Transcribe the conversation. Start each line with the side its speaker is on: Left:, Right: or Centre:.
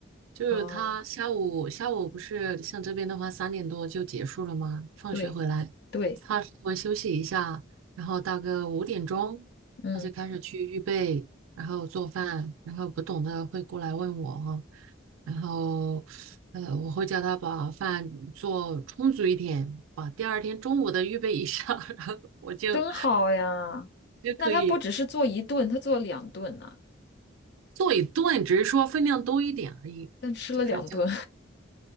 Right: 就是他下午下午不是像这边的话三点多就结束了吗？
Left: 哦，
Right: 放学回来，
Left: 对对。
Right: 他稍微休息一下，然后大概五点钟他就开始去预备，
Left: 嗯，
Right: 然后做饭，然后不懂的会过来问我哈，然后呃我会叫他把饭做充足一点，把第二天中午的预备一下，<laughs> 然后我就
Left: 真好呀。
Right: 就可以
Left: 那他不只是做一顿，他做两顿呢、
Right: 做一顿，只是说分量多一点而已，
Left: 但吃了两顿。
Right: 就是加。